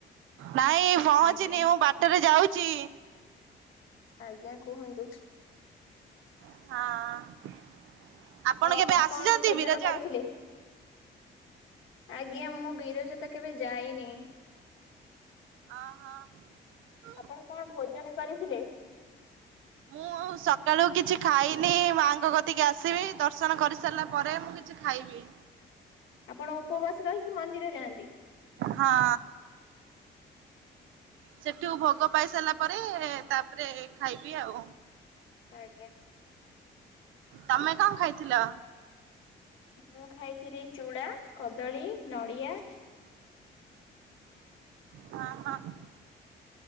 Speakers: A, on the right; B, on the left.
A: ନାଇଁ ପହଞ୍ଚିନି
B: ଆଜ୍ଞା
A: ମୁଁ ବାଟରେ ଯାଉଚି।
B: ଆଜ୍ଞା କୁହନ୍ତୁ?
A: ହଁ।
B: ଆଉ ଆପଣ
A: କେବେ ଆସିଛନ୍ତି
B: କଣ ଭୋଜନ
A: ବିରଜା?
B: କରିଥିଲେ? ଆଜ୍ଞା ମୁଁ ବିରଜା ତ କେବେ ଯାଇନି।
A: ହ ହଁ।
B: ଆପଣ କଣ ଭୋଜନ କରିଥିଲେ?
A: ମୁଁ ସକାଳୁ କିଛି ଖାଇନି ମାଙ୍କ କତିକି ଆସିବି ଦର୍ଶନ କରିସାରିଲା ପରେ ମୁଁ କିଛି ଖାଇବି।
B: ଆପଣ ଉପବାସ ରହିକି ମନ୍ଦିର ଯାଆନ୍ତି?
A: ହଁ। ସେଠୁ ଭୋଗ ପାଇ ସାରିଲା ପରେ ତାପରେ ଖାଇବି ଆଉ।
B: ଆଜ୍ଞା
A: ତମେ କଣ ଖାଇଥିଲ?
B: ମୁଁ ଖାଇଥିଲି ଚୁଡ଼ା କଦଳୀ ନଡ଼ିଆ।
A: ହଁ ହଁ